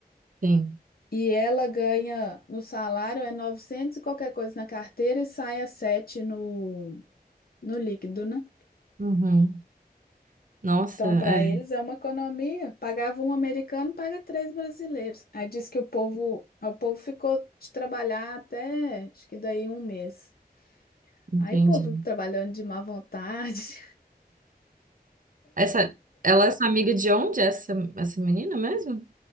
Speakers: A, on the right; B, on the left.
A: sim.
B: E ela ganha no salário é 900 e qualquer coisa na carteira e sai a 7 no, no líquido, né?
A: Uhum. Nossa,
B: Então,
A: é,
B: para eles é uma economia. Pagava um americano, paga três brasileiros. Aí diz que o povo, o povo ficou de trabalhar até, acho que daí um mês.
A: entendi.
B: Aí o povo trabalhando de má vontade.
A: Essa, ela é sua amiga de onde? Essa, essa menina mesmo?